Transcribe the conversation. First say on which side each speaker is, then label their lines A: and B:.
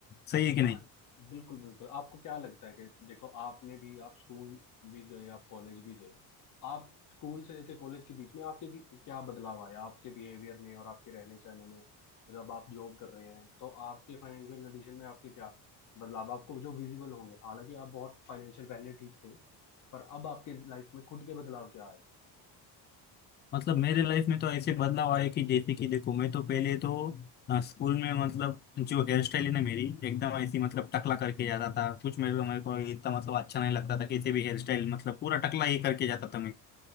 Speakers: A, on the left; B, on the left.
A: सही है कि नहीं
B: हाँ बिल्कुल बिल्कुल आपको क्या लगता है कि देखो आपने भी आप स्कूल भी गए आप कॉलेज भी गए आप स्कूल से लेके कॉलेज के बीच में आपके भी क्या बदलाव आया आपके बिहेवियर में और आपके रहने सहने में और जब आप जॉब कर रहे हैं तो आपके फाइनेंशियल कंडीशन में आपके क्या बदलाव आपको जो विजिबल होंगे हालांकि आप बहुत फाइनेंशियल पहले ठीक थे पर अब आपके लाइफ में खुद के बदलाव क्या आए
A: मतलब मेरे लाइफ में तो ऐसे बदलाव आए कि जैसे कि देखो मैं तो पहले तो अ, स्कूल में मतलब जो हेयर स्टाइल है ना मेरी एकदम ऐसी मतलब टकला करके जाता था कुछ मेरे को मेरे को इतना मतलब अच्छा नहीं लगता था कैसे भी हेयर स्टाइल मतलब पूरा टकला ही करके जाता था मैं